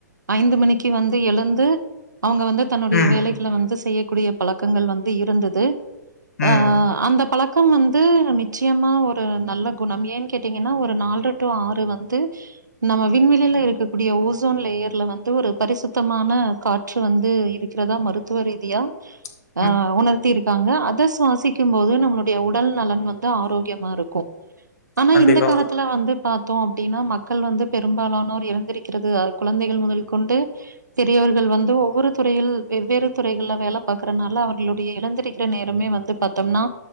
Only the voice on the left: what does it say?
ம்
ம்
<inaudible>
கண்டிப்பா